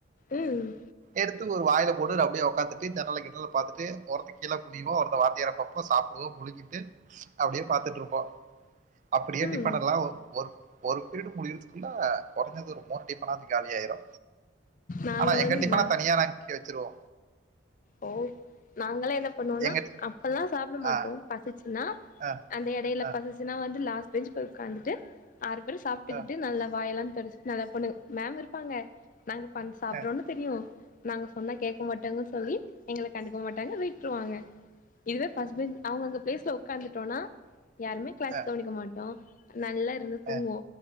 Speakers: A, on the left (about 40°); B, on the right (about 40°).
A: ம்
B: எடுத்து ஒரு வாயில போடு அப்டியே உக்காத்துட்டு ஜன்னல கின்னல பாத்திட்டு ஒருத்த கீழே குனியுவா ஒருத்த வாத்தியாற பாப்பா சும்மா சாப்டுவோ முழுங்கிட்டு அப்டியே பாத்துட்டு இருப்போ அப்டியே டிஃபன்
A: ம்
B: எல்லாம் ஒரு ஒரு பீரிடு முடியுறதுக்குள்ள குறைஞ்சது ஒரு மூனு ஒரு டிஃபன்னாது காலி ஆயிரு
A: நாங்க
B: ஆனா எங்க
A: வந்து
B: டிஃபன்னா
A: நா
B: தனியா நாங்க இங்க வச்சிருவோ
A: ஓ நாங்களாம் என்ன பண்ணுவோம்னா
B: எங்க
A: அப்பெல்லாம் சாப்ட மாட்டோ
B: ஆ
A: பசிச்சின்னா
B: ஆ
A: அந்த எடையில
B: ஆ ஆ
A: பசிசுனா வந்து லாஸ்ட் பெஞ்ச் போய் உட்காந்துட்டு ஆறு பேர் சாப் சாப்டுக்கிட்டு
B: ஆ
A: நல்ல வாயெல்லாம் துடைச்சிகிட்டு நல்லா பொண்ணு மேம் இருப்பாங்க நாங்க பண்ண சாப்டுறோம்னு
B: ஆ
A: தெரியு நாங்க சொன்னா கேக்க மாட்டாங்கன் சொல்லி எங்கள கண்டுக்க மாட்டாங்க விட்ருவாங்க இதுவே ஃபஸ் பெஞ்ச் அவ்ங்க அங்க ப்ளேஸ்ல ஒக்காந்துட்டோன்னா யாருமே
B: ஆ
A: க்ளாஸ் கவனிக்க மாட்டோ நல்லா இருந்து தூங்குவோ
B: ஆ.